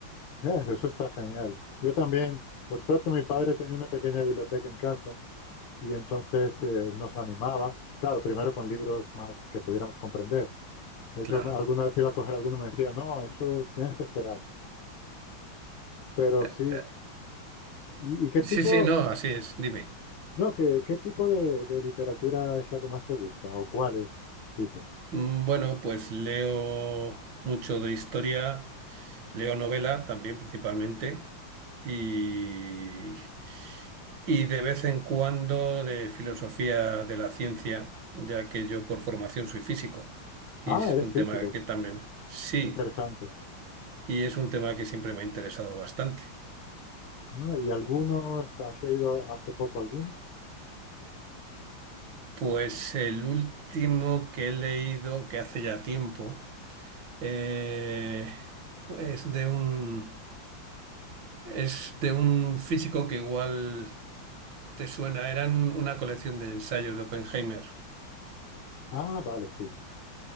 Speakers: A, on the left; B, on the right.
A: <laughs> Eh, eso está genial. Yo también, por suerte, mi padre tenía una pequeña biblioteca en casa y entonces eh, nos animaba, claro, primero con libros más que pudiéramos comprender. De
B: claro.
A: hecho, alguna vez iba a coger alguno y me decía, no, eso tienes que esperar. Pero
B: Eh,
A: sí,
B: eh,
A: ¿y, y qué tipo,
B: Sí, sí, no, así es, dime.
A: no, qué, qué tipo de, de literatura es la que más te gusta o cuáles tipos?
B: Mm, Bueno, pues leo mucho de historia, leo novela también principalmente y, y de vez en cuando de filosofía de la ciencia, ya que yo por formación soy físico
A: Ah,
B: y es
A: eres
B: un
A: físico,
B: tema que también sí,
A: qué interesante.
B: y es un tema que siempre me ha interesado bastante.
A: Ah, ¿y alguno, est- has leído hace poco alguno?
B: Pues el último que he leído, que hace ya tiempo, eh, es de un... Es de un físico que igual te suena. Eran una colección de ensayos de Oppenheimer.
A: Ah, vale, sí,